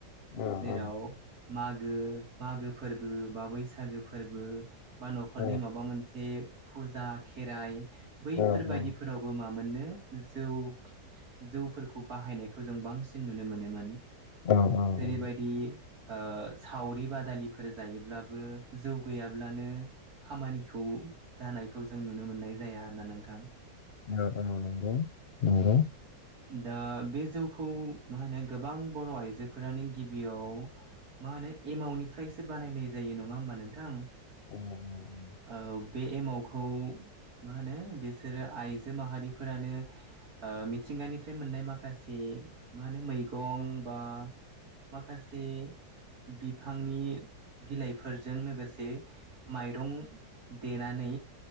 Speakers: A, on the left; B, on the right.
A: औ
B: जेराव
A: औ
B: मागो मागो फोरबो बा बैसागो फोरबो बा न'खरनि
A: औ
B: माबा मोनसे फुजा खेराइ बैफोर
A: औ
B: बाददिफोरावबो
A: औ
B: माबा मोननो जौ जौफोरखौ बाहायनायखौ जों बांसिन नुनो मोनोमोन।
A: नंगौ नंगौ
B: जेरैबायदि ओ सावरि बादालिफोर जायोब्लाबो जौ गैयाब्लानो खामानिखौ जानायखौ जों नुनो मोननाय जाया आरो ना नोंथां
A: औ नोंगौ नंगौ
B: दा बे जौखौ मा होनो गोबां बर' आइजोफोरानो गिबियाव मा माने एमावनिफ्रायसो बानायनाय जायो नङा होमबा नोंथां
A: <inaudible>
B: औ बे एमावखौ मा होनो बे सोरो आइजो माहारिफोरानो मिथिंगानिफ्राय मोननाय माखासे मा होनो मैगं बा माखासे बिफांनि बिलाइफोरजों लोगोसे माइरं देनानै